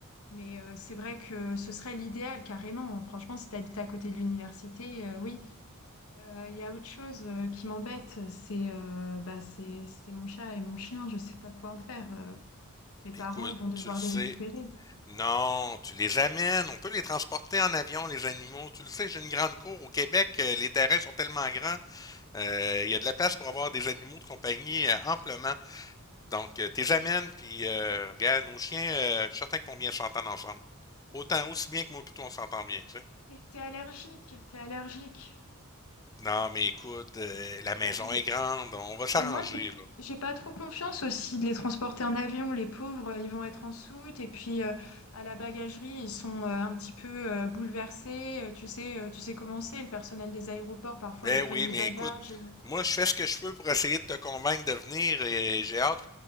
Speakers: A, on the left; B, on the left.
A: Mais euh, c'est vrai que ce serait l'idéal, carrément. Franchement, si tu habites à côté de l'université, euh, oui. Euh, Il y a autre chose euh, qui m'embête, c'est euh, bah, c'est, c'est mon chat et mon chien, je sais pas quoi en faire. euh. mes parents,
B: Écoute,
A: ils vont devoir
B: tu le sais.
A: les récupérer.
B: Non, tu les amènes. On peut les transporter en avion, les animaux. Tu le sais, j'ai une grande cour. Au Québec, euh, les terrains sont tellement grands. Euh, Il y a de la place pour avoir des animaux de compagnie euh, amplement. Donc, euh, t'es amènes, puis euh, regarde, nos chiens, euh, je suis certain qu'ils vont bien s'entendre ensemble. Autant, aussi bien que moi, plutôt, on s'entend bien, tu sais.
A: T'es t'es allergique, t'es allergique.
B: Non, mais écoute, euh, la maison
A: Et,
B: est grande, on va s'arranger,
A: et moi, j'ai,
B: là.
A: j'ai pas trop confiance aussi de les transporter en avion. Les pauvres, euh, ils vont être en soute. Et puis, euh, à la bagagerie, ils sont euh, un petit peu euh, bouleversés. Euh, tu sais, euh, tu sais comment c'est, le personnel des aéroports, parfois,
B: Ben
A: ils prennent
B: oui,
A: les
B: mais
A: bagages.
B: écoute,
A: et-
B: moi, je fais ce que je peux pour essayer de te convaincre de venir, et euh, j'ai hâte